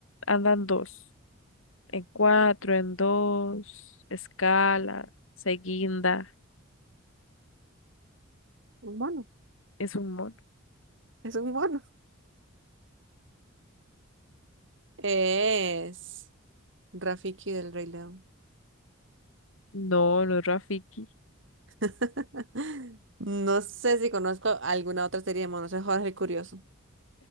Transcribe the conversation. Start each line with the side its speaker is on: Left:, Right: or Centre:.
Left: andan dos, en cuatro, en dos, escala, seguinda,
Right: Un mono,
Left: es un mono.
Right: es un mono. <laughs> Es Rafiki del Rey León.
Left: No, no es Rafiki.
Right: <laughs> No sé si conozco alguna otra serie de monos, es Jorge el Curioso.